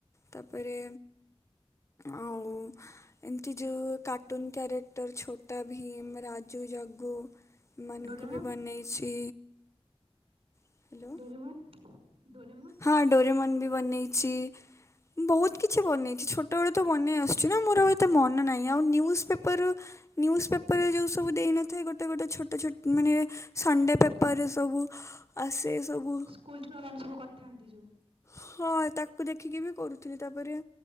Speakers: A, on the left; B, on the right.
A: ତାପରେ ଆଉ ଏମିତି ଯଉ କାର୍ଟୁନ୍ କ୍ୟାରେକ୍ଟର ଛୋଟା ଭୀମ ରାଜୁ ଜଗୁ। ମାନଙ୍କୁ
B: ଡୋରେମନ୍
A: ବି ବନେଇଛି। Hello
B: Doraemon Doraemon.
A: ହଁ ଡୋରେମନ ବି ବନେଇଚି। ମୁଁ ବହୁତ କିଛି ବନେଇଛି ଛୋଟବେଳୁ ତ ବନେଇ ଆସୁଚି ନା ମୋର ଆଉ ଏତେ ମନ ନାହିଁ ଆଉ ନ୍ୟୁଜ୍ ପେପର- ନ୍ୟୁଜ୍ ପେପରରେ ଯଉ ସବୁ ଦେଇନଥାଏ ଗୋଟେ ଗୋଟେ ଛୋଟ ଛୋ ମାନେ ସଣ୍ଡେ ପେପରରେ ସବୁ ଆସେ ସବୁ।
B: କୋଲ୍ ଛୁଆ ମାନ ସବୁ କରିଥାନ୍ତି ଯଉ।
A: ହଁ ତାକୁ ଦେଖିକି ବି କରୁଥିଲି ତାପରେ